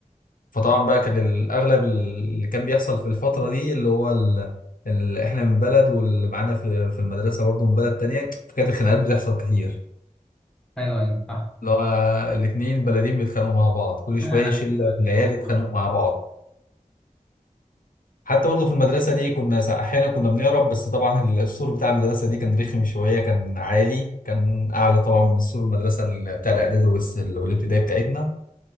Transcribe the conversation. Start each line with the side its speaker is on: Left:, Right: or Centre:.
Left: فطبعا بقى كان الاغلب اللي كان بيحصل في الفتره دي اللي هو ال... ال... احنا من بلد واللي معانا في... في المدرسه برضو من بلد تانية فكانت الخناقات بتحصل كتير
Centre: أيوه أيوه صح
Left: اللي هو الاتنين بلدين بيتخانقوا مع بعض كل
Centre: <laughs> أنا
Left: شويه شله
Centre: أنا الموضوع
Left: من العيال يتخانقوا مع بعض حتى برضو في المدرسه دي كنا سا- احيانا كنا بنهرب بس طبعا السور بتاع المدرسه دي كان رخم شويه كان عالي كان اعلى طبعا من سور المدرسه ال- بتاع الاعدادي والس- والابتدائي بتاعتنا